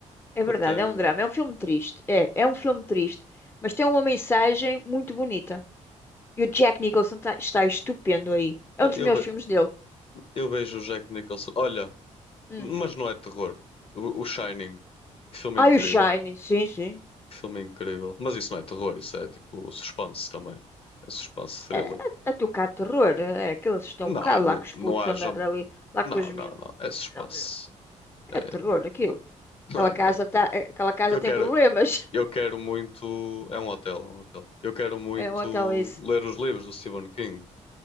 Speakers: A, on the left; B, on the left.
A: É verdade,
B: Eu tenho,
A: é um drama, é um filme triste. É, é um filme triste, mas tem uma mensagem muito bonita. E o Jack Nicholson tá- está estupendo aí. É um dos
B: eu,
A: melhores
B: ve-
A: filmes dele.
B: eu vejo o Jack Nicholson. Olha,
A: Hum.
B: mas não é terror. O, o Shining, que filme
A: Ah,
B: incrível,
A: e o Shine, sim, sim.
B: que filme incrível. Mas isso não é terror, isso é tipo suspense também. É suspense thriller.
A: É, a, a tocar terror. É, aqueles estão
B: Não,
A: um bocado
B: não,
A: lá com os
B: não
A: putos
B: há
A: a
B: jump
A: andar ali, lá
B: Não,
A: com os miúdos.
B: não, não. É suspense.
A: Não, não. É
B: É,
A: terror
B: <laughs>
A: aquilo.
B: não
A: Aquela
B: é nada.
A: casa, tá, é, aquela casa
B: Eu
A: tem
B: quero,
A: problemas. <laughs>
B: eu quero muito. É um hotel, é um hotel. Eu quero muito
A: É um hotel isso.
B: ler os livros do Stephen King.